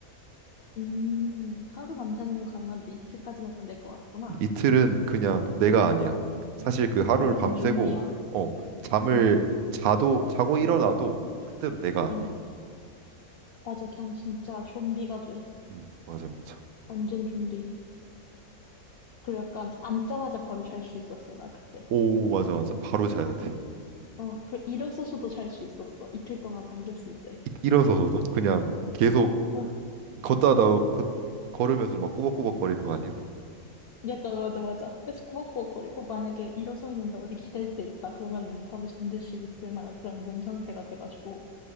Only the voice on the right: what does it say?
이틀은 그냥 내가 아니야. 사실 그 하루를
밤새고
어 잠을
자도 자고 일어나도 그때로 내가 아니야.
음 맞아 맞아.
오 맞아 맞아. 바로 자야 돼.
이- 일어서서도 그냥 계속
걷다가 걷 걸으면서 막 꾸벅꾸벅 거리는 거 아니야?